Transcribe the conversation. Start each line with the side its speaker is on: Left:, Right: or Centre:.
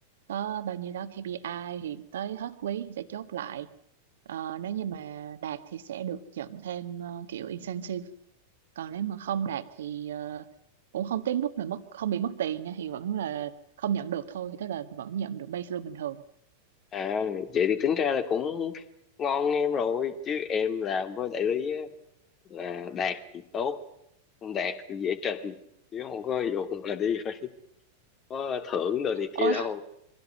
Right: có bao nhiêu đó KPI thì tới hết quý thì sẽ chốt lại Ờ, nếu như mà đạt thì sẽ được nhận thêm ờ, kiểu incentive còn nếu mà không đạt thì ờ, cũng không tới mức là mất không bị mất tiền nha thì vẫn là không nhận được thôi thì tức là vẫn nhận được base lương bình thường
Left: À, vậy thì tính ra là cũng ngon em rồi chứ em làm với đại lý á, là đạt thì tốt không đạt thì dễ trình chứ không có vụ mà đi phải có thưởng đồ này
Right: ôi
Left: kia đâu